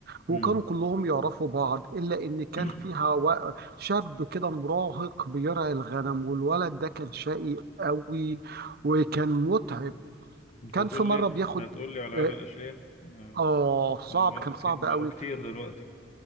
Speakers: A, on the right (about 55°); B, on the left (about 35°).
A: وكانوا
B: مم.
A: كلهم يعرفوا بعض إلا إن كان
B: <clears throat>
A: فيها و- شاب كده مراهق بيرعي الغنم والولد ده كان شقي قوي وكان متعب
B: <coughs> انت
A: كان
B: هتقول
A: في مرة
B: لي
A: بياخد
B: هتقول لي على العيال
A: آه
B: الأشقياء آه،
A: آه، صعب
B: هم
A: كان صعب
B: ك- بقوا
A: قوي
B: كتير دلوقتي